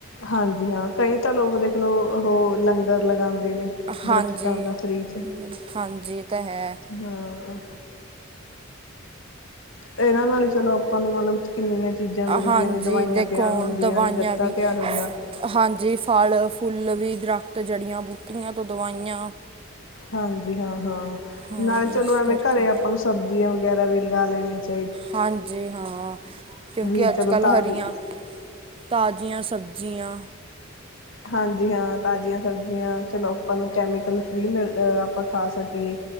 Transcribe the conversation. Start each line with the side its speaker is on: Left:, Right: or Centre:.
Left: ਹਾਂਜੀ। ਹਾਂ, ਕਈ ਤਾਂ ਲੋਕ ਦੇਖਲਓ, ਉਹ ਲੰਗਰ ਲਂਗਾ ਦੇ ਨੇ। ਦਰਖਤ
Right: ਹਾਂਜੀ
Left: ਆਉਂਦਾ ਫ੍ਰਰੀ ਚ।
Right: ਹਾਂਜੀ ਇਹ ਤਾਂ ਹੈ
Left: ਹਾਂ। ਇਹਨਾਂ ਨਾਲ ਹੀ ਚਲੋ ਆਪਾਂ ਨੂੰ ਮਲਬਲ਼ ਕਿੰਨੀਆਂ ਚੀਜ਼ਾਂ ਮਿਲਦੀਆਂ
Right: ਹਾਂਜੀ
Left: ਨੇ। ਦਵਾਈਆਂ
Right: ਦੇਖੋ
Left: ਤਿਆਰ ਹੁੰਦੀਆਂ
Right: ਹੁਣ ਦਵਾਈਆਂ
Left: ਨੇ, ਗੱਤਾ
Right: ਵੀ
Left: ਤਿਆਰ ਹੁੰਦਾ।
Right: ਹਾਂਜੀ ਫਲ ਫੁੱਲ ਵੀ, ਦਰੱਖਤ ਜੜੀਆਂ-ਬੂਟੀਆਂ ਤੋਂ ਦਵਾਈਆਂ
Left: ਹਾਂਜੀ। ਹਾਂ। ਹਾਂ।
Right: ਹਾਂ
Left: ਨਾਲੇ
Right: ਇਸ
Left: ਚਲੋ ਐਵੇਂ
Right: ਕਰਕੇ
Left: ਘਰੇ ਆਪਾਂ ਨੂੰ ਸਬਜ਼ੀਆਂ ਓਹ ਵੀ ਲਗਾ ਲੈਨੀ ਹੈ ਇੰਝ
Right: ਹਾਂਜੀ। ਹਾਂ, ਕਿਉਂਕਿ
Left: ਵੀ
Right: ਅੱਜ
Left: ਚਲੋ
Right: ਕੱਲ੍ਹ
Left: ਤਾਜ਼ੀ
Right: ਹਰੀਆਂ ਤਾਜ਼ੀਆਂ ਸਬਜ਼ ਜੀਆਂ
Left: ਹਾਂਜੀ ਹਾਂ। ਤਾਜ਼ੀਆਂ ਸਬਜ਼ੀਆਂ ਚਲੋ ਆਪਾਂ ਨੂੰ ਕੈਮੀਕਲ ਫ੍ਰਰੀ ਮਿਲਦਾ ਆਪਾਂ ਖਾ ਸਕੀਏ